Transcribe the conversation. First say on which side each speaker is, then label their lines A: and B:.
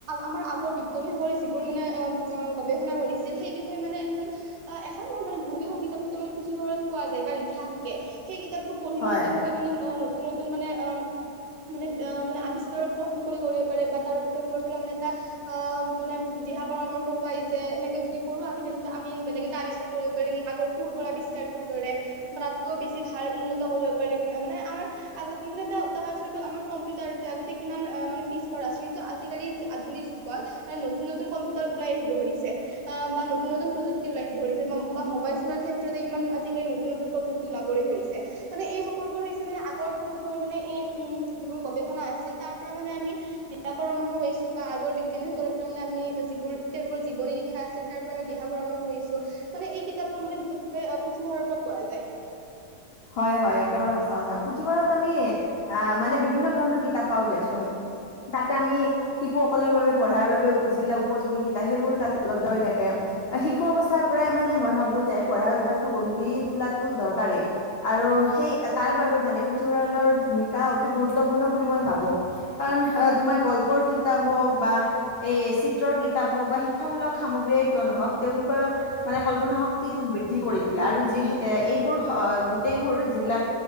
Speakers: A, on the right; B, on the left.
A: আমাৰ আগৰ বিজ্ঞানীসকললে যিবোৰ মানে অ অ গৱেষণা কৰিছিল সেই বিষয়ে মানে এখন অ এখন নহয় মানে বহু কেইখন কিতাপ পত্ৰ মানে পুথিভঁৰালত পোৱা যায় বা লিখা থাকে। সেই কিতাপবোৰ পঢ়ি
B: হয়
A: মানে তেওঁলোকে মানে নতুন নতুন মানে অ মানে আহ মানে আৱিষ্কাৰৰ পথ মুকলি কৰিব পাৰে বা তাৰ তেওঁলোকৰ পৰা মানে এটা অ মানে দিহা পৰামৰ্শ পাই যে এনেকে যদি কৰোঁ আমি তেন্তে আমি বেলেগ এটা আৱিষ্কাৰ কৰিব পাৰিম আগৰ পূৰ্বৰ আৱিষ্কাৰটোৰ দৰে। তাতকৈ বেছি ভাল উন্নত কৰিব পাৰিম মানে আমাৰ আগ মানে এটা উদাহৰণ স্বৰূপে আমাৰ কম্পিউটাৰ এতিয়া আগতে কিমান অ মানে পিছ পৰা, কিন্তু আজিকালি আধুনিক মানে নতুন নতুন ম্পিউটাৰ উলাই আহিব ধৰিছে বা নতুন নতুন প্ৰযুক্তি ওলাব ধৰিছে বা মোবাইল ফ'নৰ ক্ষেত্ৰত ইমান আজিকালি নতুন নতুন প্ৰযুক্তিৰ উলাবলৈ ধৰিছে। মানে এই সকলোবোৰ হৈছে মানে আগৰ পূৰ্বৰ মানে এই উম, যিবোৰ গৱেষণা আছিল তাৰ পৰা মানে আমি দিহা পৰামৰ্শ পাইছো বা আগৰ বিজ্ঞানীসকলৰ পৰা মানে আমি যিবোৰ তেওঁলোকৰ জীৱনি লিখা আছিল তাৰ পৰা আমি দিহা পৰামৰ্শ পাইছোঁ। মানে এই কিতাপবোৰ মানে বিশেষকৈ পুথিভঁৰালৰ পৰা পোৱা যায়।
B: হয়, হয়, একেবাৰে সঁচা কথা, পুথিভঁৰালত আমি আহ, মানে বিভিন্ন ধৰণৰ কি তাপ পাও দিয়াচোন। তাতে আমি শিশুসকলৰ বাবে পঢ়াৰ বাবে যিবিলাক উপযোগী কিতাপ সেইবোৰো তাতে উপলব্ধ হৈ থাকে। শিশু অৱস্থাৰ পৰাই মানে মই ভাবো যে পঢ়া অভ্যাসটো গঢ়ি তোলাটো দৰকাৰি। আৰু সেই তাৰ বাবে মানে পুথিভঁৰালৰ ভূমিকা অতি গুৰুত্বপূৰ্ণ বুলি মই ভাবোঁ। কাৰণ তোমাৰ গল্পৰ কিতাপ হওক বা এই চিত্ৰৰ কিতাপ হওক বা শিক্ষামূলক সামগ্ৰীয়ে কিয় ন'হওক তেওঁলোকৰ মানে কল্পনা শক্তিটোক বৃদ্ধি কৰি তোলে আৰু যি এ-এইবোৰ গোটেইবোৰ যিবিলাক